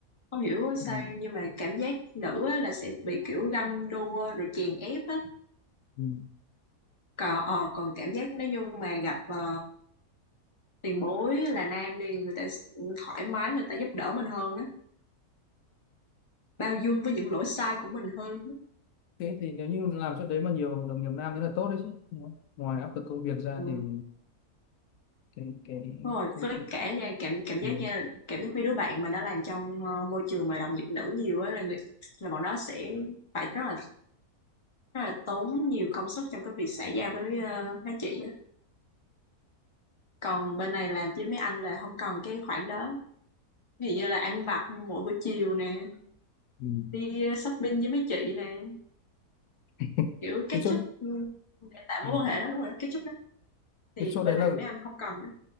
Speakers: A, on the left (about 20°); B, on the left (about 80°).
A: không hiểu
B: Ừ.
A: sao nhưng mà cảm giác nữ á, là sẽ bị kiểu ganh đua rồi chèn ép á
B: Ừ.
A: còn ờ, còn cảm giác nếu như mà gặp ờ, tiền bối là nam đi người ta s- thoải mái người ta giúp đỡ mình hơn á bao dung với những lỗi sai của mình hơn
B: Thế thì nếu như làm chỗ đấy mà nhiều đồng nghiệp nam thế là tốt đấy chứ. Đúng không? Ngoài áp lực công việc ra
A: ừ.
B: thì cái cái
A: Đúng rồi
B: công
A: với
B: cụ
A: cả nha cảm cảm
B: ừ.
A: giác nha cảm giác mấy đứa bạn mình đã làm trong ờ, môi trường mà đồng nghiệp nữ nhiều á là người là bọn nó sẽ phải rất là rất là tốn nhiều công sức trong cái việc xã giao với ờ, mấy chị á còn bên này làm với mấy anh là không cần cái khoản đó ví dụ như là ăn vặt mỗi buổi chiều nè
B: Ừ.
A: đi ờ, shopping với mấy chị nè
B: <laughs>
A: kiểu catch
B: Thế chỗ
A: up ừ, để tạo
B: ừ.
A: mối quan hệ đó đúng rồi đó catch up đó thì
B: Thế chỗ
A: bên
B: đấy
A: này
B: là
A: mấy anh không cần đó.